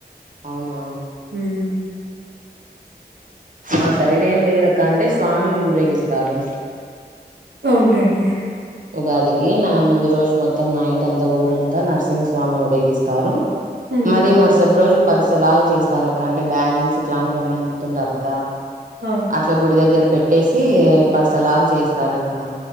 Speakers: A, on the right (about 50°); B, on the right (about 90°).
A: అవునా
B: హ్మ్.
A: ఆ సైడ్ ఏం లేదక్క అంటే స్వామిని ఊరేగిస్తారు.
B: అవునులేండి
A: ఉగాదికి నా ముందు రోజు మొత్తం నైట్ అంతా ఊరంతా నరసింహస్వామిని ఊరేగిస్తారు.
B: హ్మ్.
A: మరి మరుసటి రోజు పరిసలాగా చేస్తారు అక్క అంటే బ్యాంగిల్స్ ఇట్లాంటివన్నీ అమ్ముతుంటారు కదా.
B: ఆ
A: అట్లా గుడి దగ్గర పెట్టేసి పర్సలాగ చేస్తారు అక్క.